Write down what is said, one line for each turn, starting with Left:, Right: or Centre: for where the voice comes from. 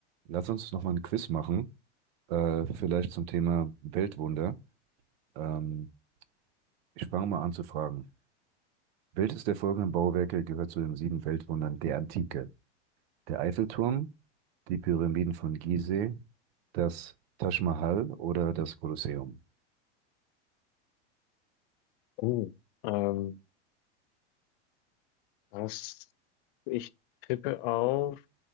Right: Lass uns noch mal ein Quiz machen, äh, vielleicht zum Thema Weltwunder. Ähm, ich fange mal an zu fragen. Welches der folgenden Bauwerke gehört zu den sieben Weltwundern der Antike? Der Eiffelturm, die Pyramiden von Gizeh, das Taj Mahal oder das Kolosseum?
Left: Oh, ähm, das, ich tippe auf.